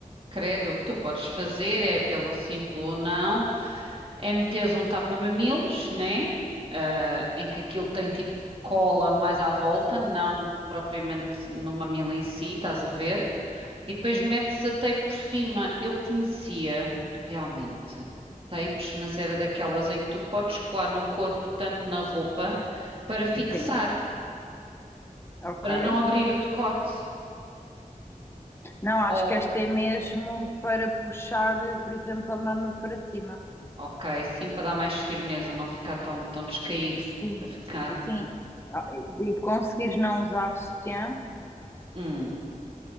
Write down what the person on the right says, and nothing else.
credo. O que tu podes fazer é pelo simples não. É meteres um tapa-mamilos, né? Ah, em que aquilo tem tipo cola mais à volta, não propriamente no mamilo em si, estás a ver? E depois
metes a tape por cima. Eu conhecia realmente tapes, mas era daquelas em que tu podes colar no corpo, tanto na roupa, para fixar,
para não abrir o decote.
Oh,
ok, sim, para dar mais firmeza, não ficar tão, tão descaído,
para ficar.
Hum.